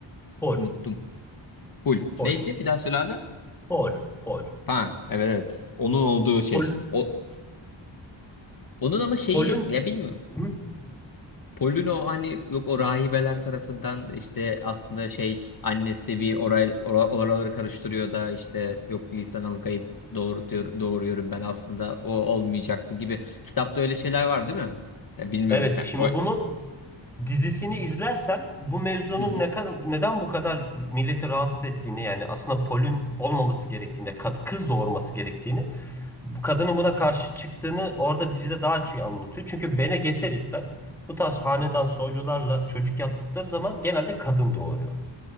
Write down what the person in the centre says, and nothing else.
Pol,
pol,
pol, pol.
Pol,
pol'ün
Hı.
Evet,
şimdi
bunu dizisini izlersen bu mevzunun
ne kadar neden bu kadar milleti rahatsız ettiğini yani aslında polün olmaması gerektiğini, kad- kız doğurması gerektiğini bu kadının buna karşı çıktığını orada dizide daha çok iyi anlatıyor. Çünkü Bene Gesseritler bu tarz hanedan soylularla çocuk yaptıkları zaman genelde kadın doğuruyorlar.